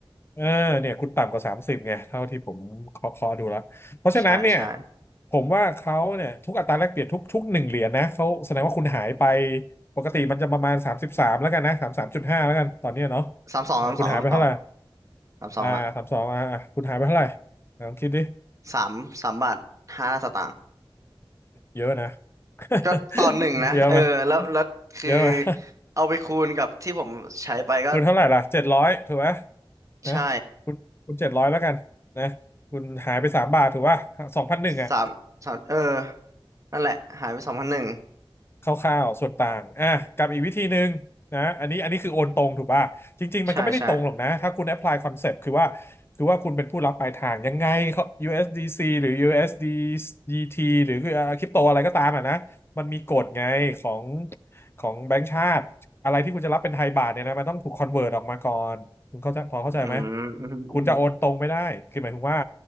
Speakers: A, on the left; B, on the right.
A: เออเนี่ยคุณต่ำกว่าสามสิบไงเท่าที่ผมเคาะเคาะดูแล้วเพราะฉะนั้นเนี่ย
B: ใช่ใช่
A: ผมว่าเขาเนี่ยทุกอัตราแลกเปลี่ยนทุกทุกหนึ่งเหรียญนะเขาแสดงว่าคุณหายไปปกติมันจะประมาณสามสิบสามแล้วกันนะสามสามจุดห้าแล้วกันตอนเนี้ยเนาะ
B: สามสองสามสองสามสอง
A: เออคุณหายไปเท่าไหร่
B: สามสองละ
A: อ่าสามสองอ่ะอ่ะคุณหายไปเท่าไหร่ลองคิดดิ
B: สามสามบาทห้าสตางค์
A: เยอะนะ <laughs>
B: ก็ต่อหนึ่งนะเออแล้วแล้วคือ
A: เยอะไหมเยอะไหม <laughs>
B: เอาไปคูณกับที่ผมใช้ไปก็
A: คุณเท่าไหร่ล่ะเจ็ดร้อยถูกไหม
B: ใช่
A: นะคุณคุณเจ็ดร้อยแล้วกันนะคุณหายไปสามบาทถูกป่ะสองพันหนึ่งอ่ะ
B: สามสามเออนั่นแหละหายไปสองพันหนึ่ง
A: คร่าวๆส่วนต่างอ่ะกับอีกวิธีหนึ่งนะอันนี้อันนี้คือโอนตรงถูกป่ะ จริงๆ มันก็ไม่ได้ตรงหรอกนะ
B: ใช่ใช่
A: ถ้าคุณแอพพลายคอนเซปต์คือว่าคือว่าคุณเป็นผู้รับปลายทางยังไงเขา USDC หรือ USDT หรือคือคริปโตอะไรก็ตามอ่ะนะมันมีกฎไงของของแบงก์ชาติ อะไรที่คุณจะรับเป็นไทยบาทเนี่ยนะมันต้องถูกคอนเวิร์ตออกมาก่อน คุณเข้าใจพอเข้าใจไหม
B: อืมอืมอืม
A: คุณจะโอนตรงไม่ได้คือหมายถึงว่า